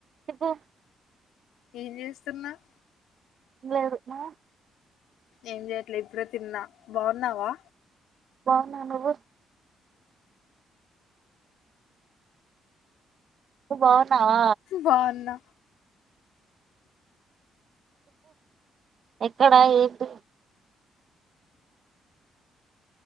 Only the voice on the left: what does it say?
ఏం జేస్తున్నావ్
ఏం చెయట్లే ఇప్పుడే తిన్నా బాగున్నావా
బాగున్నా